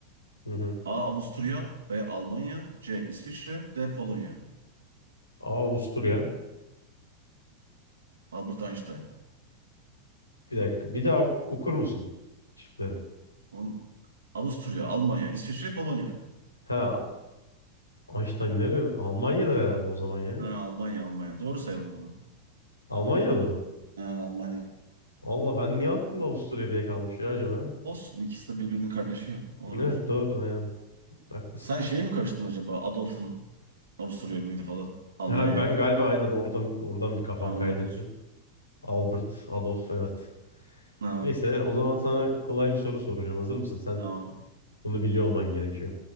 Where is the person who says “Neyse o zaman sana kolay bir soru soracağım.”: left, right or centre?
Left